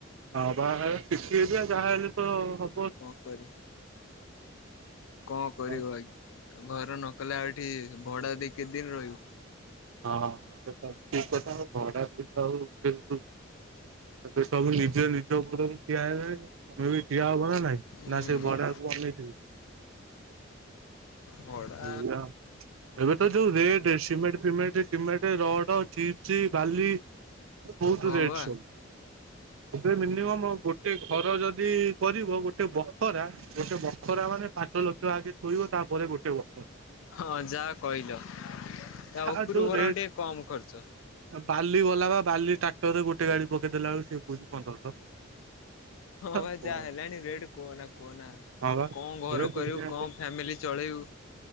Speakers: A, on the right; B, on the left.
A: ହଁ ବାହାର ସିଟି ଏରିଆ ଯାହାହେଲେ ତ ହ
B: କଣ କରି କଣ
A: ଆଉ।
B: କରିବୁ ଆଇ ଘର ନକଲେ ଆ ଟି ଭଡ଼ା ଦେଇ କେତେ ଦିନି ରହିବୁ?
A: ହଁ ସେଟା ବି ଠିକ କଥା <unintelligible> ତା ପ ସବୁ ନିଜେ ନିଜ ଉପରକୁ ଠିଆ ହେଲେଣି ତମେ ବି ଠିଆ ହବ ନା ନାଇଁ।
B: ହୁଁ
A: ନା ସେ ଭଡ଼ାକୁ ଅନେଇଥିବୁ।
B: ଭଡା
A: ହେଲୋ। ଏବେ ତ ଯୋଉ ରେଟେ ସିମେଣ୍ଟ ଫିମେଣ୍ଟ ସିମେଣ୍ଟ ରଡ଼ ଚିପ୍ସି ବାଲି। ବହୁତ
B: ହଁ
A: ରେଟ୍
B: ବା।
A: ସବୁ ଏବେ
B: ହୁଁ
A: ମିନିମମ୍ ଗୋ ଟେ ଘର ଯଦି କରିବ ଗୋଟେ ବଖରା ଗୋଟେ ବଖରା ମାନେ ପାଞ୍ଚ ଲକ୍ଷ ଆଗେ ଥୋଇବ ତାପରେ ଗୋଟେ ବଖ
B: ହଁ ଯାହା କହିଲ ତା ଓପୁରୁ
A: ଆଉ ଯୋଉ
B: ବରଂ
A: ରେଟ୍
B: ଟିକେ କମ ଖର୍ଚ୍ଚ।
A: ବାଲି ବାଲା ବା ବାଲି ଟ୍ରାକ୍ଟର ରେ ଗୋଟେ ଗାଡି ପକେଇଦେଲା ବେଳକୁ ସିଏ କହୁଚି ପନ୍ଦରଶହ।
B: ହଁ
A: କଣ
B: ଭାଇ ଯାହା ହେଲାଣି ରେଟ କୁହନା କୁହନା
A: ହଁ ବା
B: ତୁ କଣ ଘର
A: ଏ ଦୁନିଆ
B: କରିବୁ କଣ ଫ୍ୟାମିଲି ଚଲେଇବୁ।